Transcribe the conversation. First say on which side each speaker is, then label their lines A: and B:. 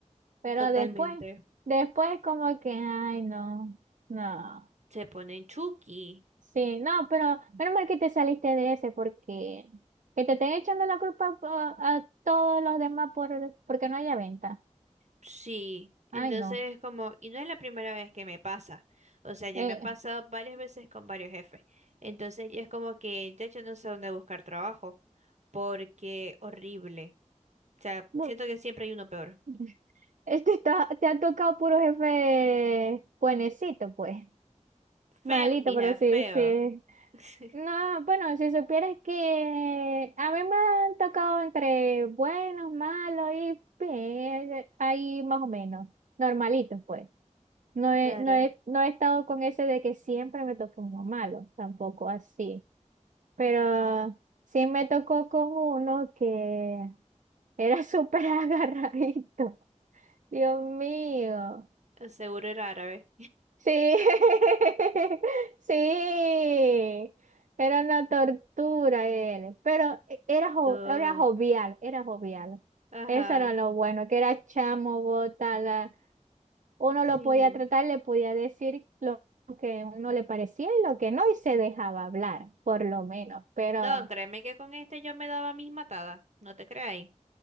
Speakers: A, on the right; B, on the right.
A: Pero
B: Totalmente.
A: después, después como que, ay, no, no.
B: Se ponen chuki.
A: Sí, no, pero menos mal que te saliste de ese porque que te estén echando la culpa a, a todos los demás por porque no haya venta.
B: Sí. Entonces
A: Ay, no.
B: es como, y no es la primera vez que me pasa. O sea, ya
A: Eh,
B: me ha pasado varias veces con varios jefes. Entonces ya es como que ya yo no sé dónde buscar trabajo. Porque horrible. O sea,
A: bu-
B: siento que siempre hay uno peor.
A: <laughs> este está, te ha tocado puro jefe buenecito, pues. Malito,
B: Feo, mija,
A: pero sí,
B: feo.
A: sí.
B: <laughs>
A: No, bueno, si supieras que a mí me han tocado entre buenos, malos y bien, ahí más o menos, normalitos, pues. No he,
B: Claro.
A: no he, no he estado con ese de que siempre me tocó uno malo, tampoco así. Pero sí me tocó con uno que era súper <laughs> agarradito. Dios mío.
B: Seguro era árabe.
A: Sí, <laughs> sí. Era una tortura él. Pero e, era, jo-
B: Todo.
A: era jovial, era jovial.
B: Ajá.
A: Eso era lo bueno, que era chamo, botala Uno
B: Sí.
A: lo podía tratar, le podía decir lo que a uno le parecía y lo que no, y se dejaba hablar, por lo menos. Pero
B: No, créeme que con este yo me daba mis matadas, no te creáis.